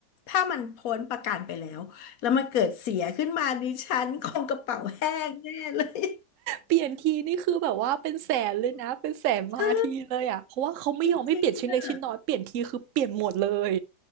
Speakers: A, on the left; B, on the right.
A: ถ้ามันพ้นประกันไปแล้วแล้วมันเกิดเสียขึ้นมาดิฉันคงกระเป๋าแห้งแน่เลย
B: เปลี่ยนทีนี่คือแบบว่าเป็นแสนเลยนะเป็นแสนมาทีเลยอ่ะเพราะว่าเขาไม่ยอมให้เปลี่ยนชิ้นเล็กชิ้นน้อยเปลี่ยนทีคือเปลี่ยนหมดเลย
A: <laughs> ใช่ จริงๆอ่ะ